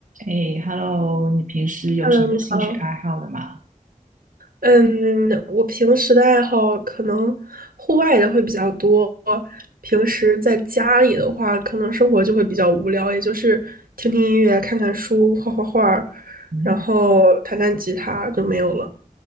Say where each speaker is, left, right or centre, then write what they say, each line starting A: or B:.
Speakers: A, on the right (about 65°); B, on the right (about 85°).
A: 哎，Hello，你平时有什么兴趣爱好的吗？
B: Hello，你好。嗯，我平时的爱好可能户外的会比较多，平时在家里的话，可能生活就会比较无聊，也就是听听音乐、看看书、画画画，
A: 嗯，
B: 然后弹弹吉他就没有了。